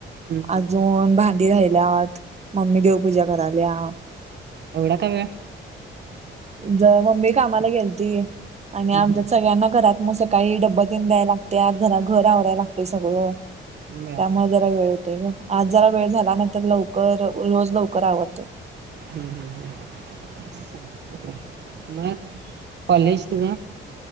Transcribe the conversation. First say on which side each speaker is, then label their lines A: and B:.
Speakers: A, on the right; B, on the right.
A: हम्म हम्म
B: अजून, भां डी राहिल्यात. मम्मी, देवपूजा कराल्या.
A: एवढा का वेळ?
B: ज मम्मी कामाला गेलती. आणि
A: हम्म
B: आमच्यात
A: हम्म
B: सगळ्यांना घरात म असं काही डब्ब देन द्याय लागत्यात. घरा, घर आवराय लागंतय सगळं.
A: बर
B: त्यामुळं जरा वेळ होतय गं. आज जरा वेळ झाला. नाही तर लवकर, रोज लवकर आवरंतय.
A: ह्, ह, ह, ह. मग? कॉलेज तुझं?